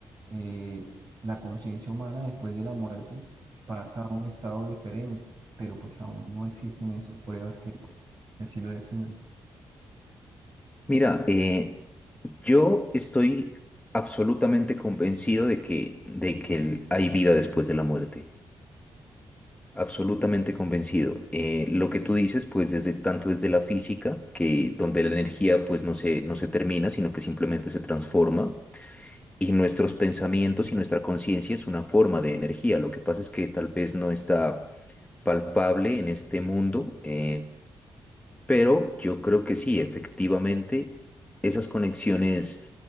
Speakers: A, on the right (about 50°); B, on the left (about 15°).
A: eh, la conciencia humana después de la muerte pasa a un estado diferente, pero pues aún no existen esas pruebas que, que así lo definan.
B: Mira, eh, yo estoy absolutamente convencido de que, de que hay vida después de la muerte. Absolutamente convencido. Eh, lo que tú dices, pues desde tanto desde la física, que donde la energía pues no se, no se termina, sino que simplemente se transforma, y nuestros pensamientos y nuestra conciencia es una forma de energía. Lo que pasa es que tal vez no está palpable en este mundo, eh, pero yo creo que sí, efectivamente, esas conexiones